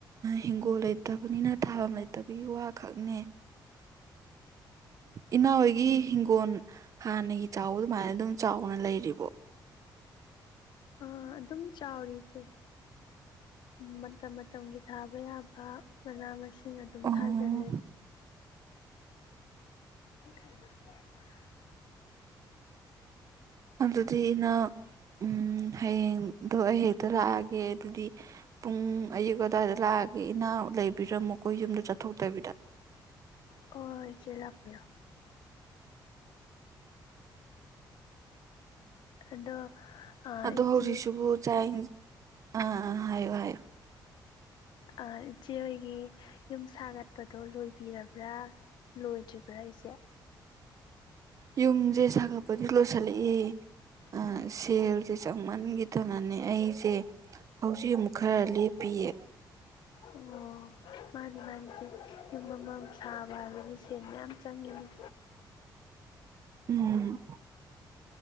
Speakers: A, on the right; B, on the left.
A: ꯍꯤꯡꯒꯣꯜ ꯂꯩꯇꯕꯅꯤꯅ ꯊꯥꯐꯝ ꯂꯩꯇꯕꯒꯤ ꯋꯥꯈꯛꯅꯦ ꯏꯅꯥꯎꯍꫭꯏꯒꯤ ꯍꯤꯡꯒꯣꯜ ꯍꯥꯟꯅꯒꯤ ꯆꯥꯎꯕ ꯑꯗꯨꯃꯥꯏꯅ ꯑꯗꯨꯝ ꯆꯥꯎꯅ ꯂꯩꯔꯤꯕꯣ
B: ꯍꫭꯏ ꯑꯗꯨꯝ ꯆꯥꯎꯔꯤ ꯏꯆꯦ ꯃꯇꯝ ꯃꯇꯝꯒꯤ ꯊꯥꯕ ꯌꯥꯕ ꯃꯅꯥ ꯃꯁꯤꯡ ꯑꯗꯨꯝ
A: ꯑꯣ
B: ꯊꯥꯖꯤꯜꯂꯦ <unintelligible>
A: ꯑꯗꯨꯗꯤ ꯅꯪ ꯎꯝ ꯍꯌꯦꯡꯗꯣ ꯑꯩ ꯍꯦꯛꯇ ꯂꯥꯛꯑꯒꯦ ꯑꯗꯨꯗꯤ ꯄꯨꯡ ꯑꯌꯨꯛ ꯑꯗꯨꯋꯥꯏꯗ ꯂꯥꯛꯑꯒꯦ ꯏꯅꯥꯎ ꯂꯩꯕꯤꯔꯝꯃꯣ ꯀꫭ ꯌꯨꯝꯗ ꯆꯠꯊꯣꯛꯇꯕꯤꯗ
B: ꯍꫭꯏ ꯆꯦ ꯂꯥꯛꯄꯤꯔꯣ ꯑꯗꯣ
A: ꯑꯗꯣ
B: ꯏꯆꯦ
A: ꯍꯧꯖꯤꯛꯁꯤꯕꯨ ꯆꯥꯛ ꯑꯥ ꯑꯥ ꯍꯥꯏꯌꯣ ꯍꯥꯏꯌꯣ
B: ꯑꯥ ꯏꯆꯦ ꯍꯣꯏꯒꯤ ꯌꯨꯝ ꯁꯥꯒꯠꯄꯗꯣ ꯂꯣꯏꯕꯤꯔꯕ꯭ꯔꯥ ꯂꯣꯏꯗ꯭ꯔꯤꯕ꯭ꯔꯥ ꯏꯆꯦ
A: ꯌꯨꯝꯁꯦ ꯁꯥꯒꯠꯄꯗꯤ ꯂꯣꯏꯁꯤꯜꯂꯛꯑꯦ
B: ꯎꯝ
A: ꯑ ꯁꯦꯜ ꯁꯦ ꯆꯪꯃꯟꯈꯤꯗꯅꯅꯦ ꯑꯩꯁꯦ ꯍꯧꯖꯤꯛ ꯑꯃꯨꯛ ꯈꯔ ꯂꯦꯞꯄꯤꯌꯦ
B: ꯑꯣ ꯃꯥꯅꯤ ꯃꯥꯅꯤ ꯏꯆꯦ ꯌꯨꯝ ꯑꯃ ꯁꯥꯕ ꯍꯥꯏꯕꯁꯦ ꯁꯦꯟ ꯃꯌꯥꯝ ꯆꯪꯉꯤꯅꯤ
A: ꯎꯝ